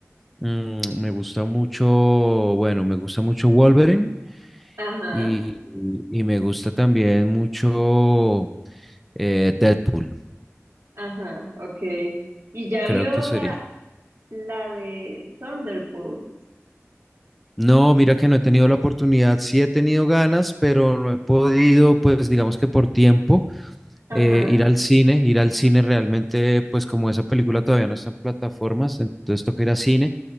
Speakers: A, in the centre; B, on the right.
A: mm, me gusta mucho, bueno, me gusta mucho Wolverine
B: Ajá,
A: y, y me gusta también mucho eh, Deadpool,
B: ajá, ok. ¿Y ya
A: creo
B: vio
A: que sería.
B: la, la de Thunderbolt?
A: No, mira que no he tenido la oportunidad, sí he tenido ganas, pero no he podido, pues digamos que por tiempo,
B: Ajá,
A: eh, ir al cine, ir al cine realmente, pues como esa película todavía no está en plataformas, entonces toca ir a cine,